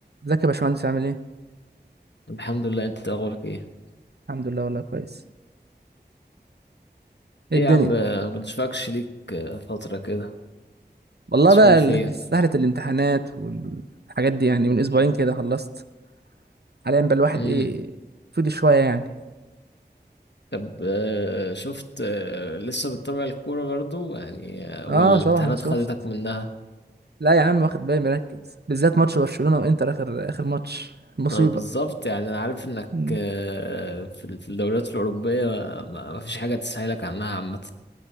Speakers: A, on the right; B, on the left.
A: ازيك يا باشمهندس عامل ايه؟
B: الحمد لله انت اخبارك ايه
A: الحمد لله والله كويس ايه
B: ايه
A: الدنيا؟
B: يا عم بتشفكش ليك فترة كده
A: والله
B: مسحول
A: بقى
B: فين
A: ال- سهلة الامتحانات والحاجات دي يعني من اسبوعين كده خلصت حاليا بقى الواحد
B: امم
A: ايه فضي شوية يعني
B: طب آه، شفت آه، لسه بتتابع الكورة برضو يعني آه،
A: اه
B: ولا
A: طبعا
B: الامتحانات
A: شفت
B: خدتك منها
A: لا يا عم واخد بالي مركز بالذات ماتش برشلونة وانتر اخر اخر ماتش مصيبة
B: ما بالظبط يعني انا عارف انك
A: مم.
B: آه، في ال- في الدوريات الأوروبية ما ما فيش حاجة تسهلك عنها عامة